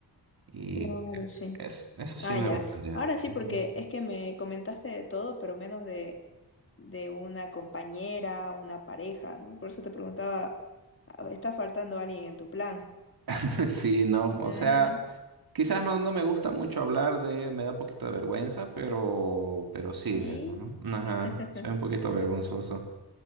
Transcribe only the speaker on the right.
Y
que
es, eso
sí me
gustaría.
Ujú.
<laughs> Sí, no, o
sea. Quizás no, no me gusta mucho hablar de, me da un poquito de vergüenza, pero, pero sí,
de- ¿no? Ajá,
soy un poquito vergonzoso.